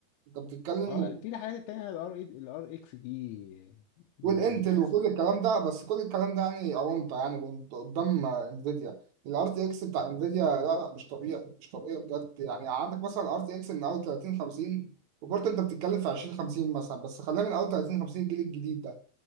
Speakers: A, on the right (about 65°); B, on the left (about 80°).
A: انت بتتكلم
B: اه في الحاجات التانيه الار الار اكس دي بحس
A: والانتل وكل الكلام ده بس كل الكلام ده يعني اونطه يعني قدام انفيديا الار تي اكس بتاع انفيديا لا لا مش طبيعي مش طبيعي بجد يعني عندك مثلا الار تي اكس من اول 30 50 وبرضه انت بتتكلم في 20 50 مثلا بس خلينا من اول 30 50 الجيل الجديد ده